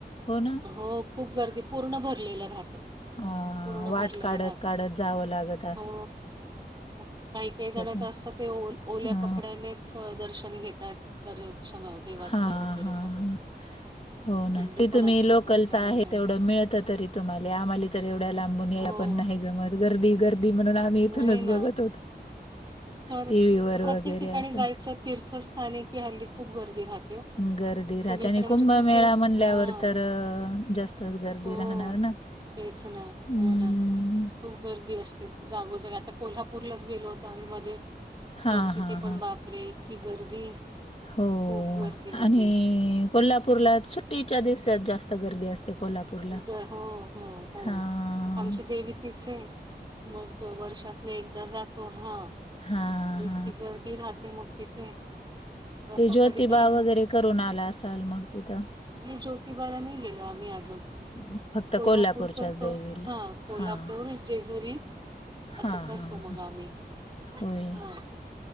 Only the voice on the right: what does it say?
हो खूप गर्दी पूर्ण भरलेलं रहात.
पूर्ण
भरलेलं
रहात
हो. मग काही- काही
जण तर असतात ते ओ ओल्या
कपड्यानेच दर्शन घेतात. दर्शन देवाच,
वगैरे
सगळं.
हम्म,
थंडी
पण
असते
खूप त्या
दरम्यान.
हो.
नाही ना.
खरंच.
प्रत्येक
ठिकाणी
जायचं तीर्थस्थानी हल्ली खूप गर्दी राहते. हो.
सगळीकडे
म्हणजे
कुठे
हां.
हो.
तेच ना
हो ना. खूप गर्दी असते. जागोजग आता कोल्हापूरलाच गेलो होतो आम्ही मध्ये
तर तिथे
पण
बापरे इतकी गर्दी
खूप गर्दी
होती
ग हो हो हो
आमची देवी तिच ये. मग वर्षात एकदा जातो. हा
की गर्दी राहते मग तिथे असं
कधी कधी
नय ज्योतिबाला नय गेलो आम्ही अजून
कोल्हापूर
करतो.
हा कोल्हापूर
जेजुरी असं
करतो
मग
आम्ही, हा